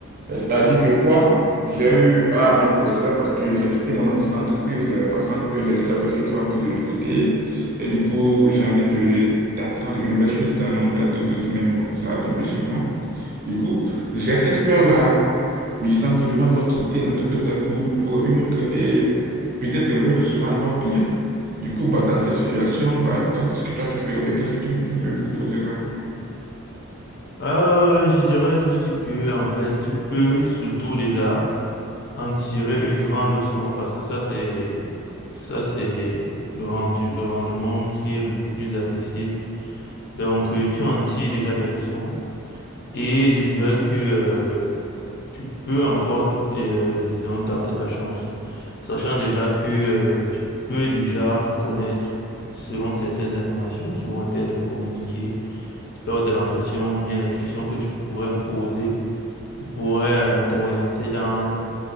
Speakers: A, on the right (about 40°); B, on the left (about 50°).
A: Euh, C'est-à-dire que quoi, j'ai eu à vivre cela parce que j'ai quitté mon ancienne entreprise, euh, pensant que j'ai déjà presque tout appris de l'autre côté. Et du coup, j'ai envie de d'apprendre une nouvelle chose dans ma nouvelle entreprise, mais bon, ça a tombé sur moi. Du coup, j'ai cette peur-là, me disant que je vais encore quitter l'entreprise pour, une- pour une autre et peut-être l'autre sera encore pire. Du coup, bah, dans cette situation, bah, qu'est-ce que toi tu feras? bien Qu'est-ce que tu, tu me proposeras?
B: Euh, je dirais juste que, en fait, tu peux surtout déjà en tirer une grande leçon parce que ça, c'est, ça, c'est le rendu, le rendement qui est le plus accessible. Donc, euh, tu en tires déjà des leçons. Et je dirais que euh, tu peux encore, euh, disons, tenter ta chance, sachant déjà que euh, tu peux déjà reconnaître, selon certaines informations qui vont être communiquées lors de l'entretien ou bien les questions que tu pourrais poser, qui pourraient euh, t'orienter dans